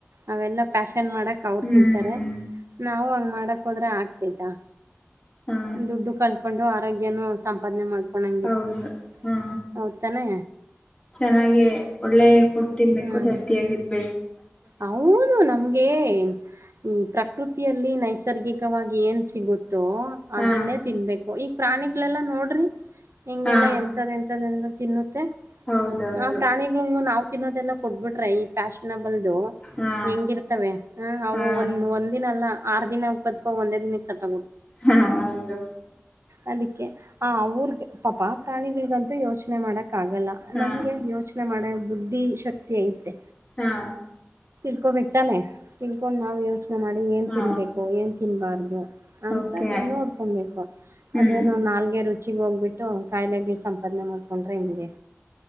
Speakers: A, on the right; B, on the left.
A: ಅವೆಲ್ಲ ನ್ ಮಾಡಕ್ಕೆ ಅವ್ರು
B: ಹ್ಮ್
A: ತಿಂತಾರೆ ನಾವು ಹಂಗೆ ಮಾಡಕ್ ಹೋದ್ರೆ ಆಗ್ತೈತಾ
B: ಹಾ
A: ದುಡ್ಡು ಕಳ್ಕೊಂಡು ಆರೋಗ್ಯನು ಸಂಪಾದನೆ ಮಾಡ್ ಮಾಡಂಗಿಲ್ವಂತೆ
B: ಹೌದು ಹಾ
A: ಹೌದು ತಾನೆ
B: ಚೆನ್ನಾಗಿ ಒಳ್ಳೆ ಫುಡ್ ತಿನ್ಬೇಕು
A: ಹ್ಮ್.
B: ಹೆಲ್ತಿಯಗಿರ್ಬೇಕು
A: ಹೌದು ನಮಗೆ ಈ ಪ್ರಕೃತಿಯಲ್ಲಿ ನೈಸರ್ಗಿಕವಾಗಿ ಏನ್ ಸಿಗುತ್ತೆ ದೋ
B: ಹಾ
A: ಅದನ್ನೇ ತಿನ್ಬೇಕು ಈ ಪ್ರಾಣಿಗಳೆಲ್ಲಾ ನೋಡ್ರಿ ಹಿಂಗೆಲ್ಲಾ
B: ಹಾ
A: ಎಂತದ್ ಎಂತದ ತಿನ್ನುತ್ತೆ
B: ಹೌದೌದು
A: ಆ ಪ್ರಾಣಿಗಳು ನಾವ ತಿನ್ನೋದೆಲ್ಲಾ ಕೊಟ್ಬಿಟ್ರೆ ಈ ಫ್ಯಾಷನಬಲ್ ಇದು
B: ಹಾ
A: ಹೆಂಗಿರ್ತವೆ ಹ ಅವು
B: ಹಾ
A: ಒಂದ ಒಂದಿನ ಅಲ್ಲ ಆರು ದಿನ ಬದಕೊ ಒಂದೇ ದಿನಕ್ ಸತ
B: ಹಾ ಹೌದುದು
A: ಅದಕ್ಕೆ ಆ ಅವ್ರಿಗೆ ಪಾಪಾ ಪ್ರಾಣಿಗಳ್ಗಂತೂ ಯೋಚನೆ ಮಾಡಕ್ ಕ್ಕಗಲ್ಲ
B: ಹಾ
A: ನಮ್ಗೆ ಯೋಚನೆ ಮಾಡ ಬುದ್ಧಿ ಶಕ್ತಿ ಐತೆ
B: ಹಾ
A: ತಿನ್ಕೋಬೇಕಕ್ ತಾನೆ ತಿನ್ಕೊಂಡು ನಾವ್ ಯೋಚನೆ ಮಾಡಿ ಏನ್
B: ಹಾ
A: ತಿನ್ಬೇಕು ಏನ್ ತಿನ್ಬಾರ್ದು ಅಂತ
B: ಓಕೆ
A: ನೋಡ್ಕೊಬೇಕು
B: ಹ್ಮ್
A: ಅದೇನು ನಾಲ್ಗೆ ರುಚಿ ಹೆಚ್ಚಿಗೆ ಹೋಗ್ಬಿಟ್ಟು ಕಾಯಿಲೆ ಗ ಸಂಪಾದನೆ ಮಾಡ್ಕೊಂಡ್ರೆ ಹಿಂಗೆ